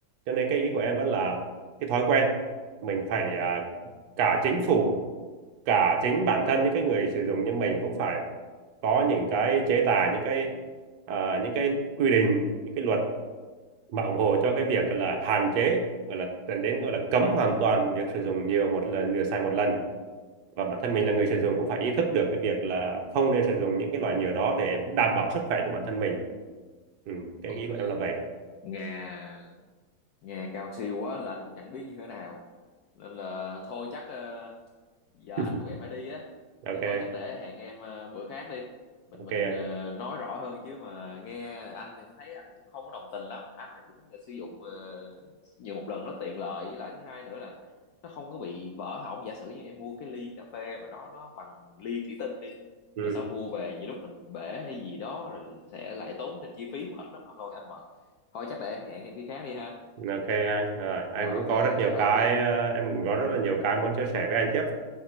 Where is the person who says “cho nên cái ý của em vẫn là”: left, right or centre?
Right